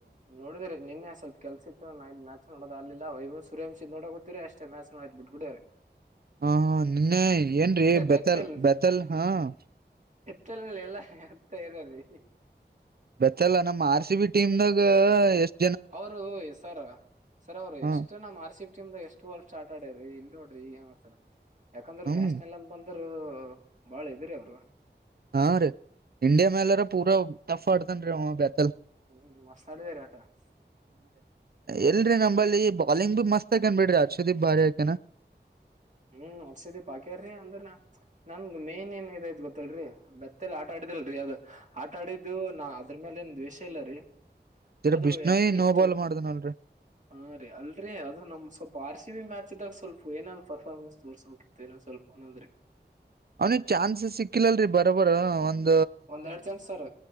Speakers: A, on the right (about 40°); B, on the right (about 60°).
A: ನೋಡಿದ್ರಿ ನಿನ್ನೆ ಸ್ವಲ್ಪ ಕೆಲ್ಸಿತ್ತು ನೈ ಮ್ಯಾಚ್ ನೋಡೋದ ಆಲ್ಲಿಲ್ಲ ಸೂರ್ಯವಂಶಿ ನೋಡ ಹುದಿರಿ ಅಷ್ಟ ಮ್ಯಾಚ್ ನೋ ಬಿಟ್ಡ್ಬಿಡರಿ.
B: ಹಾ ಹ ನಿನ್ನೆ ಏನ್ರೀ ಬೆತಲ್
A: ಬೆತ್ತಲ್
B: ಬೆತಲ್ ಹಾ. <unintelligible>
A: ಚಲ್ಲಿ ಎಲ್ಲ ಹರ್ತ ಇರೀ.
B: ಬೆತ್ತಲ್ಲ ನಮ್ಮ್ ಆರ್ ಸಿ ಬಿ ಟೀಮ್ ದಾಗ ಎಷ್ಟು.
A: ಅವರು ಸರ್ ಸರ್ ಅವ್ರು
B: ಹ
A: ಎಷ್ಟು ನ ಆರ್ಸಿ. <unintelligible> ಟೀಮಾಗ ಎಷ್ಟು ವರ್ ಸ್ಟಾರ್ಟ್ ಆಡರರಿ ಇಲ್ಲಿ ನೋಡ್ರಿ ಏನ್ ಮಾಡ್ತಾರಾಕಂದ್ರೆ
B: ಹ್ಮ್
A: ನ್ಯಾಷನಲ್ ಅಂದ ಬಂದ್ರರು <unintelligible> ಬಾಳ ಇದರಿ ಅವರು.
B: ಹಾ ರೀ ಇಂಡಿಯಾ ಮೇಲಾರ ಪೂರಾ ಟಫ್ ಆಡ್ತನ್ ಅವ ಬೆತಲ್. <unintelligible>
A: ಹ್ಮ್ ಮಸ್ತ ಆಡಿದೇರಿ ಆಟ <unintelligible>
B: ಎಲ್ರರಿ ನಂಬಲ್ಲಿ ಬಾಲಿಂಗ್ ಭ ಮಸ್ತ್ ಆಕನ್ ಬಿಡ್ರಿ ಅರ್ಶುದೀಪ್ ಭಾರ್ಯಾಕೇನಾ <unintelligible>
A: ಹ್ಮ್ ಹರ್ಷಿದೀಪ್ ಆಾಕ್ಯಾರೀ ಅಂದ್ರ ನನ್ ಮೇನ್ ಏನ್ ಇದೈ ಗೊತ್ತಲ್ರರಿ ಬೆತ್ತಲ್ ಆಟ ಆಡಿ. ಲ್ರರಿ ಅದು ಆಟ ಆಡಿದ್ದು ನ ಅದ್ರ ಮೇಲೆ ಏನ್ ದ್ವೇಷ ಇಲ್ಲ ರೀ.
B: ಜರ
A: ಅದು
B: ಬಿಷ್ಣೋಯ್
A: ಎಟ್ಲೀಸ್ಟ್
B: ನೋ ಬಾಲ್ ಮಾಡ್ದನಲ್ರಿ
A: ಹ ರೀ ಅಲ್ರಿ ಅದು ನಮ್ ಸ್ವ <unintelligible> ಆರ್ ಸಿ ಬಿ ಮ್ಯಾಚ್ ಇದಾಗ ಸ್ವಲ್ಪ ಏನಾದ್ ಪರ್ಫಾರ್ಮೆನ್ಸ್ ತೋರ್ಸ್ಬೇಕಿತ್ತು ಏನ ಸ್ವಲ್ಪ ಅಂದ್ರೆ.
B: ಅವನಿಗೆ ಚಾನ್ಸಸ್ ಸಿಕ್ಕಿಲ್ಲಲ್ರರಿ ಬರೋಬರ ಒಂದ.
A: ಒಂದ್ ಎರಡ್ ಜನ್ಸ್ ಸರ್